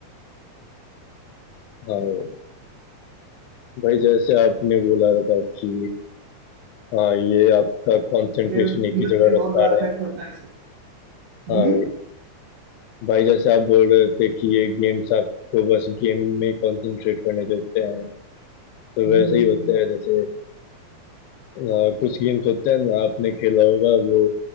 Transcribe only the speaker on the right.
के जीवन
पे बहुत
बड़ा
इफेक्ट
पड़ता है इससे हम्म
हम्म
हम्म,